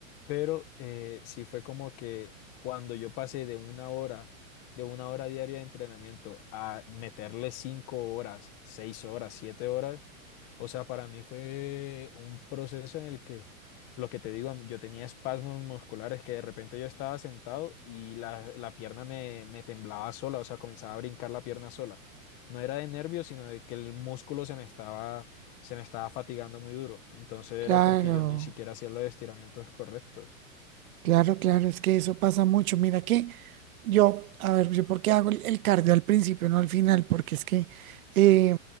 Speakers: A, on the left; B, on the right.
A: Pero eh, sí fue como que cuando yo pasé de una hora, de una hora diaria de entrenamiento a meterle cinco horas, seis horas, siete horas, o sea, para mí fue un proceso en el que, lo que te digo, a mí- yo tenía espasmos musculares que de repente yo estaba sentado y la, la pierna me, me temblaba sola, o sea, comenzaba a brincar la pierna sola. No era de nervios, sino de que el músculo se me estaba, se me estaba fatigando muy duro. Entonces era
B: claro,
A: porque yo ni siquiera hacía los estiramientos correctos.
B: claro, claro, es que eso pasa mucho. Mira que Yo, a ver, yo por qué hago el el cardio al principio, no al final, porque es que, eh,